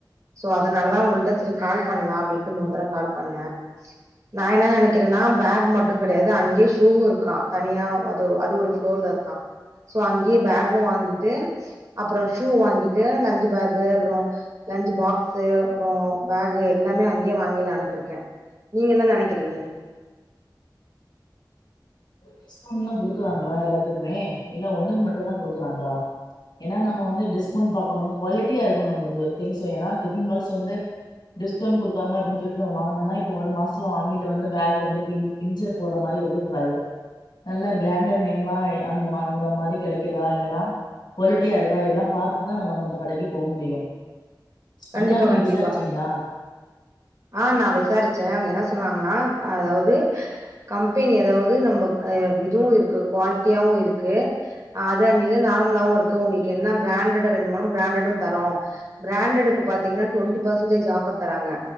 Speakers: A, on the right; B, on the left.
A: சோ அதனாலதா உங்கள்ட்ட செரி கால்ப் பண்லா அப்டின்ட்டு மூனு தரவ கால்ப் பண்ணே நா என்ன நெனைக்கிறேனா பேக் மட் டுங் கெடையாது அங்கியே ஷூவு இருக்கா தனியா அது அது ஒரு ப்ளோர்ல இருக்கா சோ அங்கியே பேகு வாங்கிட்டு அப்றோ ஷூ வாங்கிட்டு லஞ்ச்சு பேகு அப்றோ லஞ்ச்சு பாக்ஸ்சு அப்றோ பேகு எல்லாமே அங்கியே வாங்கில்லான்ட்ருக்கே நீங்க என்ன நெனைக்கிறீங்க
B: டிஸ்கவுண்ட்லாங் குடுக்கறாங்ளா எல்லாத்துக்மே இல்ல ஒன்னுக் மட்டுந்தா குடுக்கறாங்ளா ஏனா நம்ம வந்து டிஸ்கவுண்ட் பாக்கணும் குவாலிட்டியா இருக்கணு நம்ளுக்கு திங்ஸ் வேணா டிஃபன் பாக்ஸ் வந்து டிஸ்கவுண்ட் குடுக்காங்க அப்டின் சொல்ட்டு நம்ம வாங்கனோனா இப்போ ஒரு மாச்த்ல வாங்கிட்டு வந்து பேக் வந்து பிஞ் பிஞ்சிர போற மாரி இருக்க கூடாது நல்ல ப்ராண்டட் நேம்மாய் அந்தம அந்த மாரி கெடைக்கிறதா இல்லனா குவாலிட்டியா இருக்கா எல்லா பாத்துதா நம்ம அங்க அந்த கடைக்கு போ முடியு
A: கண்டிப்பா
B: அதுல்லா நீங்க
A: கண்டிப்பா
B: விசாரிச்சீங்களா
A: ஆ நா விசாரிச்சே அவிய்ங்க என்ன சொன்னாங்கன்னா அதாவ்து கம்பெனி அதாவ்து நம்ம ஆ இதுவு இருக்கு குவாலிட்டியாவு இருக்கு அத நீங்க நார்மலாவு இருக்கு உங்ளுக்கு என்ன பிரான்ட்டடா வேணுமோ பிரான்ட்டடு தரோ ப்ரான்டடுக்கு பாத்தீங்கனா ட்வென்டி பர்சன்டேஜ் ஆஃபர் தராங்க